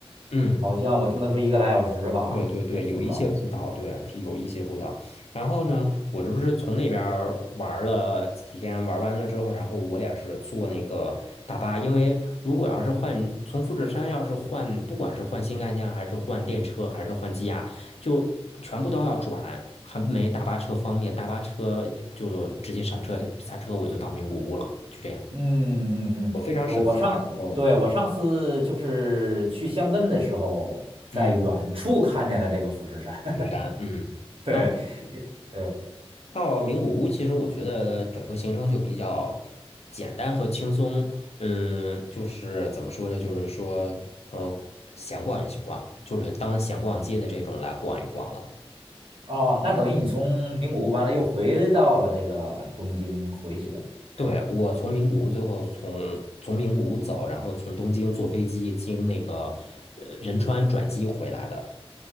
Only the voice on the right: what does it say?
好像我听他说一个来小时吧，
也挺高的。
嗯嗯嗯，
我我上，对，我上次就是去箱根的时候，在远处看见了这个富士山。
<laughs>
对，
也对，
哦，那等于你从名古屋完了又回到了这个东京回去的是吧？